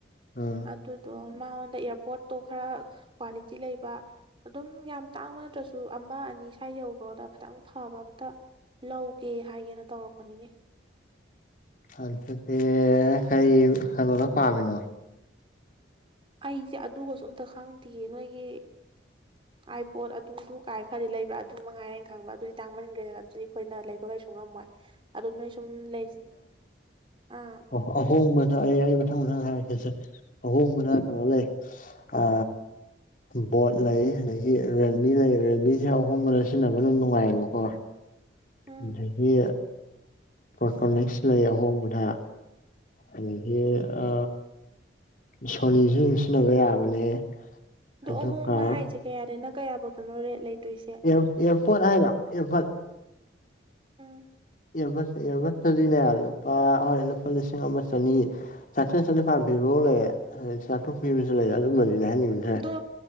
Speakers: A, on the left; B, on the right.
A: ꯎꯝ
B: ꯑꯗꯨ ꯑꯗꯣ ꯃꯥꯉꯣꯟꯗ ꯏꯌꯥꯔꯄꯣꯠꯇꯣ ꯈꯔ ꯀ꯭ꯋꯥꯂꯤꯇꯤ ꯂꯩꯕ ꯑꯗꯨꯝ ꯌꯥꯝ ꯇꯥꯡꯕ ꯅꯠꯇ꯭ꯔꯁꯨ ꯑꯃ ꯑꯅꯤ ꯁ꯭ꯋꯥꯏ ꯌꯧꯕꯗ ꯈꯤꯇꯪ ꯐꯕ ꯑꯝꯇꯥ ꯂꯧꯒꯦ ꯍꯥꯏꯒꯦꯅ ꯇꯧꯔꯛꯄꯅꯤꯅꯦ
A: ꯑꯗꯨꯗꯤ ꯀꯔꯤ ꯀꯩꯅꯣꯅꯣ ꯄꯥꯝꯃꯤꯗꯣ
B: ꯑꯩꯁꯦ ꯑꯗꯨꯒꯁꯨ ꯑꯝꯇ ꯈꯪꯗꯤꯌꯦ ꯅꯣꯏꯒꯤ ꯑꯥꯏ ꯄꯣꯠ ꯑꯗꯨ ꯑꯗꯨ ꯀꯥꯏꯅ ꯈꯔꯗꯤ ꯂꯩꯕ꯭ꯔꯥ ꯑꯗꯨ ꯃꯉꯥꯏꯔꯦ ꯑꯩꯅ ꯈꯪꯕ꯭ꯔꯥ ꯑꯗꯨꯗꯤ ꯇꯥꯡꯃꯟꯈ꯭ꯔꯦꯗꯅ ꯑꯗꯨꯗꯤ ꯑꯩꯈꯣꯏꯅ ꯂꯩꯕ ꯀꯩꯁꯨ ꯉꯝꯃꯣꯏ ꯑꯗꯨ ꯅꯣꯏꯁꯨꯝ ꯂꯩ ꯑꯥ
A: ꯑꯣ ꯑꯍꯣꯡꯕꯗ ꯑꯩ ꯑꯩ ꯃꯊꯪ ꯃꯊꯪ ꯍꯥꯏꯔꯛꯀꯦꯁꯦ ꯑꯍꯣꯡꯕꯗ ꯀꯩꯅꯣ ꯂꯩ ꯑ ꯕꯣꯠ ꯂꯩ ꯑꯗꯒꯤ ꯔꯦꯜꯃꯤ ꯂꯩ ꯔꯦꯜꯃꯤꯁꯦ ꯑꯍꯣꯡꯕꯗ ꯁꯤꯖꯤꯟꯅꯕ ꯑꯗꯨꯝ ꯅꯨꯡꯉꯥꯏꯌꯦꯕꯀꯣ
B: ꯎꯝ
A: ꯑꯗꯒꯤ ꯄꯣꯇꯣꯅꯤꯛꯁ ꯂꯩ ꯑꯍꯣꯡꯕꯗ ꯑꯗꯒꯤ ꯑ ꯁꯣꯅꯤꯁꯨ ꯑꯗꯨꯝ ꯁꯤꯖꯤꯟꯅꯕ ꯌꯥꯕꯅꯦ
B: ꯑꯗꯣ
A: ꯑꯗꯨꯒ
B: ꯑꯍꯣꯡꯕ ꯍꯥꯏꯁꯦ ꯀꯌꯥꯗꯩꯩꯅ ꯀꯌꯥꯐꯧꯗꯅꯣ ꯔꯦꯠ ꯂꯩꯗꯣꯏꯁꯦ
A: ꯑꯦꯌꯔꯄꯣꯔꯠ ꯍꯥꯏꯔꯣ ꯑꯦꯌꯔꯕꯠ
B: ꯎꯝ
A: ꯏꯌꯔꯕꯠ ꯇꯗꯤꯅꯦ ꯂꯨꯄꯥ ꯍꯣꯏ ꯂꯨꯄꯥ ꯂꯤꯁꯤꯡ ꯑꯃ ꯆꯅꯤ ꯆꯥꯇꯔ꯭ꯦꯠ ꯆꯅꯤꯄꯥꯟ ꯄꯥꯝꯕꯤꯕꯐꯥꯎ ꯂꯩꯌꯦ ꯆꯥꯇꯔ꯭ꯨꯛ ꯄꯤꯕꯁꯨ ꯂꯩꯌꯦ ꯑꯗꯨꯒꯨꯝꯕꯗꯤ ꯂꯩ ꯍꯟꯅꯤꯡꯗꯦ
B: ꯑꯗꯣ